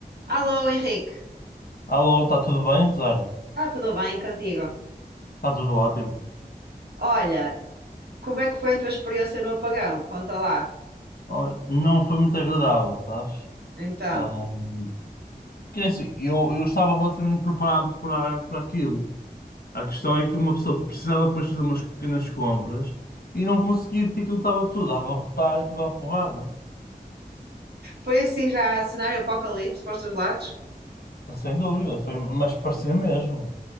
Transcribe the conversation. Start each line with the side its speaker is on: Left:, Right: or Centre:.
Right: Alô, Henrique.
Left: Alô, está tudo bem, Rosário?
Right: Está tudo bem contigo?
Left: Está tudo ótimo.
Right: Olha, como é que foi a tua experiência no apagão? Conta lá.
Left: Olha, não foi muito agradável, sabes?
Right: Então,
Left: Ahm, quer dizer, eu, eu estava relativamente preparado para, para aquilo. A questão é que uma pessoa precisava depois fazer umas pequenas compras e não conseguia porque aquilo estava tudo a abarrotar e tudo à porrada.
Right: foi assim já cenário apocalipse para os teus lados?
Left: Sem dúvida, foi, mas parecia mesmo.